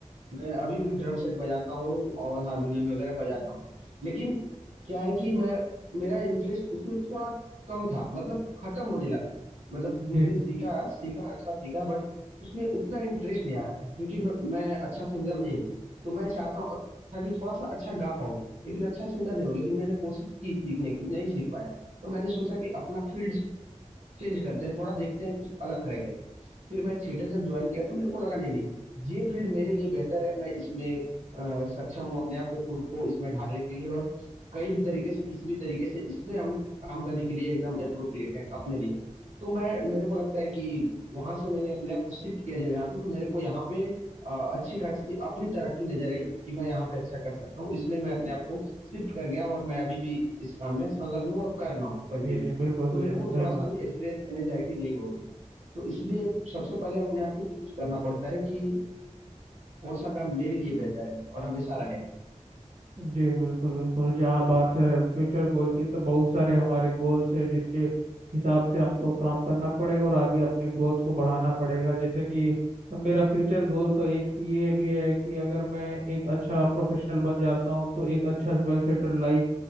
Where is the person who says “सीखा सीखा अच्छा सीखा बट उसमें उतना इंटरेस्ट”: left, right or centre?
Right